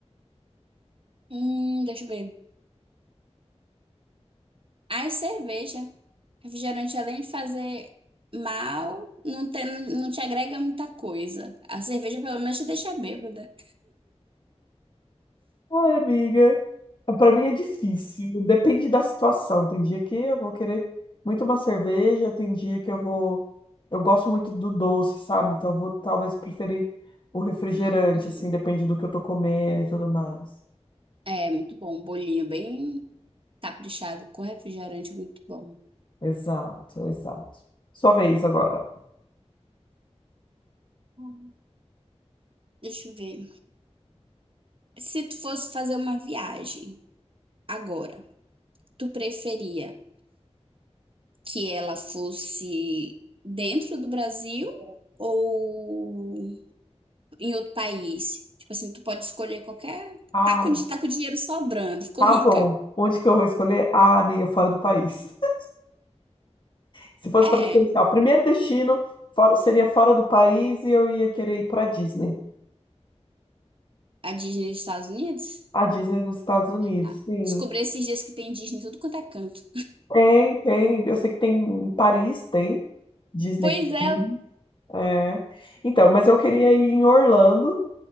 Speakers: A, on the right (about 50°); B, on the left (about 45°).
A: Hum, deixa eu ver. Ai, cerveja. Refrigerante, além de fazer mal, não te, não te agrega muita coisa. A cerveja, pelo menos, te deixa bêbada.
B: Ai, amiga, para mim é difícil. Depende da situação. Tem dia que eu vou querer muito uma cerveja, tem dia que eu vou. Eu gosto muito do doce, sabe? Então, eu vou talvez preferir o refrigerante,
A: Hum,
B: assim, depende do que eu tô comendo e tudo mais.
A: é, muito bom. Um bolinho bem caprichado com refrigerante, muito bom.
B: Exato, exato. Sua vez agora.
A: Hum. Deixa eu ver. Se tu fosse fazer uma viagem agora, tu preferia que ela fosse dentro do Brasil ou em outro país? Tipo assim, tu pode escolher qualquer.
B: Ah,
A: Tá com, di- tá com dinheiro sobrando, ficou
B: Tá
A: rica.
B: bom. Onde que eu vou escolher? Ah, amiga, fora do país. <laughs> Se fosse
A: É,
B: para escolher, assim, ó, o primeiro destino fora- seria fora do país e eu ia querer ir para Disney.
A: a Disney dos Estados Unidos?
B: A Disney nos Estados Unidos,
A: Ah,
B: sim.
A: descobri esses dias que tem Disney em tudo quanto é canto.
B: Tem, tem. Eu sei que tem em Paris, tem. Disney.
A: Pois é.
B: tem, É. Então, mas eu queria ir em Orlando